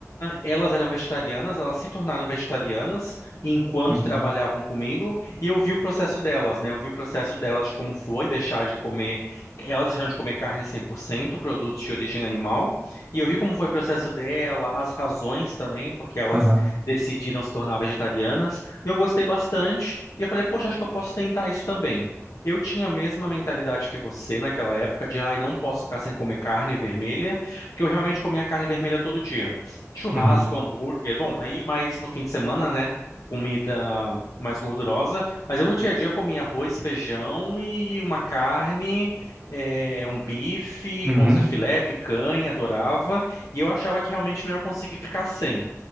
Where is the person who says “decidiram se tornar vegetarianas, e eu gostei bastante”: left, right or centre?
Left